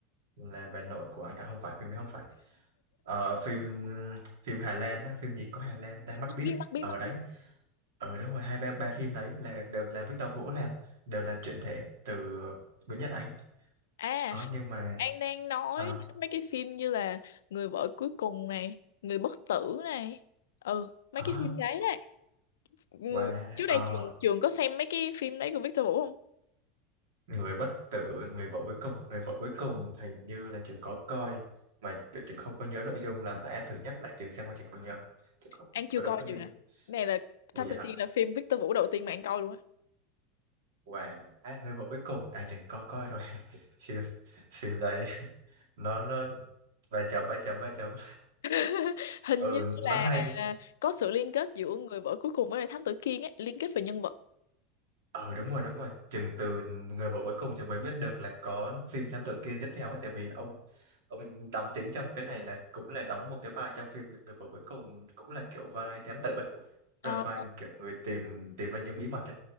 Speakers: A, on the right; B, on the left.
A: là bà nội của anh à không phải phim đấy không phải ờ, phim phim Hà Lan đó phim gì có Hà Lan ta mắt
B: Mặt
A: biết
B: biên mặt biên
A: ở
B: mặt
A: đấy
B: biên
A: ở đúng rồi hai ba ba phim đấy là đều là Victor Vũ làm đều là chuyển thể từ Nguyễn Nhật Ánh
B: à
A: ờ nhưng mà
B: An đang nói
A: ờ
B: đến mấy cái phim như là Người vợ cuối cùng này Người bất tử này ừ mấy
A: ờ
B: cái phim đấy đấy Ừ,
A: wow
B: trước đây
A: ờ
B: trường trường có xem mấy cái phim đấy của Victor Vũ không?
A: người bất tử người vợ cuối cùng người vợ cuối cùng hình như là trường có coi mà kiểu trường không có nhớ nội dung làm bạn thử nhắc lại trường xem qua trường có nhớ trường có,
B: An chưa
A: có
B: coi
A: đúng hay
B: trường
A: không
B: à? Này là
A: ủa
B: Thám
A: dạ
B: Tử Kiên là phim Victor Vũ đầu tiên mà An coi luôn á.
A: và à, người vợ cuối cùng à trường có coi rồi <laughs> phim phim đấy nó nó ba chấm ba chấm ba chấm
B: <laughs> Hình
A: ừ
B: như là
A: nó hay
B: có sự liên kết giữa người vợ cuối cùng với lại Thám Tử Kiên ấy, liên kết về nhân vật.
A: Ờ đúng rồi đúng rồi Chừng từ người vợ cuối cùng thì mới biết được là có phim Thám Tử Kiên tiếp theo ấy Tại vì ông ông đóng chính trong cái này là cũng là đóng một cái vai trong phim Người vợ cuối cùng cũng là kiểu vai thám tử ấy
B: Ờ.
A: Rồi vai kiểu người tìm tìm ra những bí mật ấy